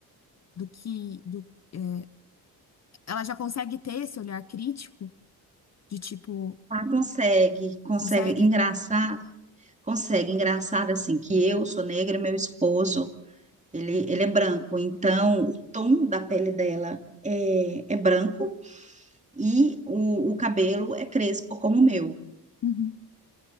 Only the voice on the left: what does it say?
do que, do, é, ela já consegue ter esse olhar crítico de tipo,
consegue?
Uhum.